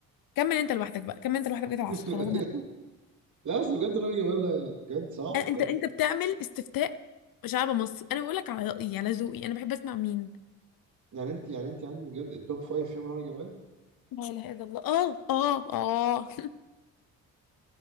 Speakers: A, on the left; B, on the right.
A: كمل انت لوحدك بقى كمل انت لوحدك بقيت العشرة
B: <laughs>
A: خلاص انا
B: لا اصل بجد رامي جمال لا يعني بجد صعب
A: أنا- انت
B: بجد
A: انت بتعمل استفتاء شعب مصر انا بقول لك على رايي على ذوقي انا بحب اسمع مين
B: يعني انت يعني انت عندك بجد التوب فايف فيهم رامي جمال
A: لا اله الا الله اه اه اه